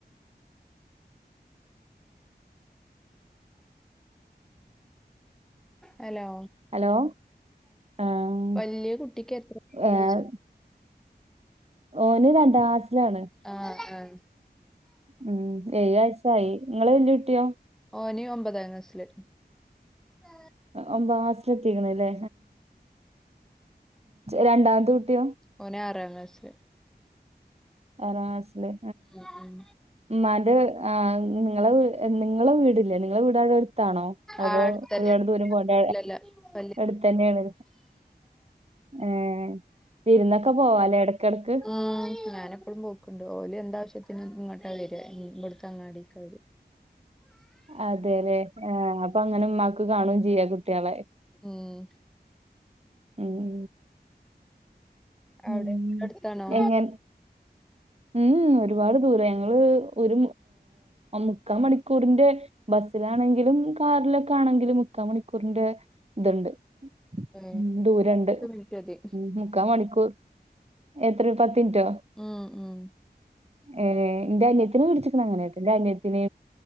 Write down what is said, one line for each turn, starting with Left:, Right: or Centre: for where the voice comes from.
Centre: ഹലോ
Right: ഹലോ ആഹ്
Centre: വല്ല്യ കുട്ടിക്ക് എത്രായി.
Right: ഏഹ് ഓന് രണ്ടാ ക്ലാസിലാണ്.
Centre: ആഹ് ആഹ്
Right: ഉം എഴ് വയസ്സായി ങ്ങളെ വല്ല്യ കുട്ടിയോ.
Centre: ഓന് ഒമ്പതാം ക്ലാസ്സില്. ഉം.
Right: ഒമ്പതാം ക്ലാസ് ല് എത്തിക്കണ അല്ലേ രണ്ടാമത്തെ കുട്ടിയോ.
Centre: ഓനെ ആറാം ക്ലാസ്ല്ല്.
Right: ആറാം ക്ലാസിലെ
Centre: ഉം ഉം
Right: ഉമ്മാന്റെ ആഹ് നിങ്ങള നിങ്ങളെ വീടില്ലേ നിങ്ങളെ വീട് അവിടെ അടുത്താണോ. അപ്പൊ
Centre: ആ അടുത്തന്നെ
Right: ഒരുപാട് ദൂരം പോവണ്ട
Centre: ഇല്ലല്ല വല്യ
Right: എടുത്തന്നെണ്. ഏഹ് വിരുന്നൊക്കെ പോവാലേ ഇടക്കിടക്ക്.
Centre: ഉം ഞാനപ്പോഴും പോക്കുണ്ട് ഓലും എന്താവശ്യത്തിന് ഇങ്ങോട്ടാ വരി ഇടുത്തെ അങ്ങാടക്കെ വരി.
Right: അതെല്ലെ ആഹ് അപ്പൊ അങ്ങനെ ഉമ്മാക്ക് കാണുകയും ചെയ്യാ കുട്ട. ട്ട്യാളെ
Centre: ഉം
Right: ഉം
Centre: അവിടെ
Right: ഉം
Centre: അടുത്തണോ
Right: എങ്ങനെ ഉം ഒരുപാട് ദൂര ഞങ്ങള് ഒരു മുക്കാൽ മണിക്കൂറിന്റെ. ബസ്സിലാണെങ്കിലും കാറിലൊക്കെ ആണെങ്കിലും മുക്കാ മണിക്കൂറിന്റെ ഇതുണ്ട്.
Centre: ഏഹ്
Right: ഉം ദൂരണ്ട്
Centre: പത്ത് മിനിറ്റ് മതി
Right: ഉം മുക്കാ മണിക്കൂർ. എത്ര പത്മിനുറ്റോ
Centre: ഉം ഉം
Right: ഏഹ് ന്റെ അന്യത്തിനെ കെട്ടിച്ചക്കണേ അങ്ങനെട്ടോ ന്റെ അന്യതിനെ